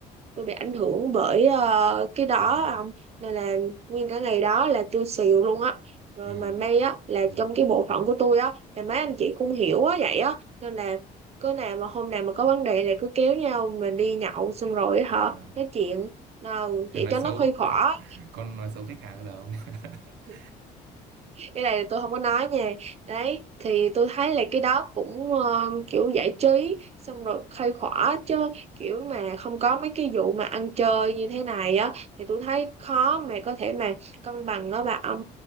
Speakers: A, on the right; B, on the right.
A: tôi bị ảnh hưởng bởi ờ, cái đó
B: ừ
A: ông nên là nguyên cả ngày đó là tôi xìu luôn á rồi
B: ừ
A: mà may á là
B: kiểu,
A: trong cái bộ phận của tôi á là mấy anh chị cũng hiểu á vậy á nên là cứ nào mà hôm nào mà có vấn đề là cứ kéo nhau mình đi nhậu xong rồi á
B: ờ,
A: hả nói chuyện nào
B: Ờ,
A: vậy
B: nói
A: cho
B: xấu
A: nó khuây khỏa
B: <laughs> con nói xấu khách hàng giờ không <laughs>
A: <laughs> cái này là tôi không có nói nha đấy thì tôi thấy là cái đó cũng ờ, kiểu giải trí xong rồi khai khỏa chứ kiểu mà không có mấy cái vụ mà ăn chơi như thế này á thì tôi thấy khó mà có thể mà cân bằng đó bà ông